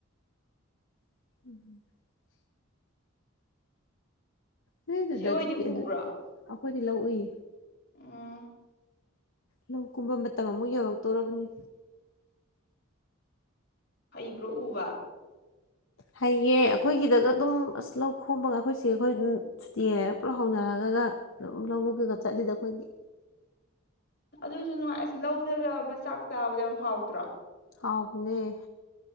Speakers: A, on the left; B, on the left.
A: <unintelligible> ꯅꯣꯏ ꯑꯗꯨꯗ
B: ꯆꯤꯆꯦ ꯑꯣꯏꯗꯤ
A: ꯖꯤꯄꯤ ꯑꯗꯨ
B: ꯎꯕ꯭ꯔꯣ
A: ꯑꯩꯈꯣꯏꯗꯤ ꯂꯧ ꯎꯌꯦ
B: ꯎꯝ
A: ꯂꯧ ꯀꯨꯝꯕ ꯃꯇꯝ ꯑꯃꯨꯛ ꯌꯧꯔꯛꯇꯧꯔꯕꯅꯤ
B: ꯍꯩꯕ꯭ꯔꯣ ꯎꯕ
A: ꯍꯩꯌꯦ ꯑꯩꯈꯣꯏꯒꯤꯗꯒ ꯑꯗꯨꯝ ꯑꯁ ꯂꯧ ꯈꯣꯝꯕꯒ ꯑꯩꯈꯣꯏ ꯆꯦꯈꯣꯏ ꯑꯗꯨꯝ ꯁꯨꯇꯤ ꯂꯩꯔ ꯄꯨꯂꯞ ꯍꯧꯅꯔꯒꯒ ꯑꯗꯨꯝ ꯂꯧꯕꯨꯛꯇꯒ ꯆꯠꯂꯤꯗ ꯑꯩꯈꯣꯏꯒꯤ
B: ꯑꯗꯨꯁꯨ ꯅꯨꯡꯉꯥꯏ ꯑꯁ ꯂꯧꯗꯒ ꯃꯆꯥꯛ ꯆꯥꯕꯗꯣ ꯌꯥꯝ ꯍꯥꯎꯇ꯭ꯔꯣ
A: ꯍꯥꯎꯕꯅꯦ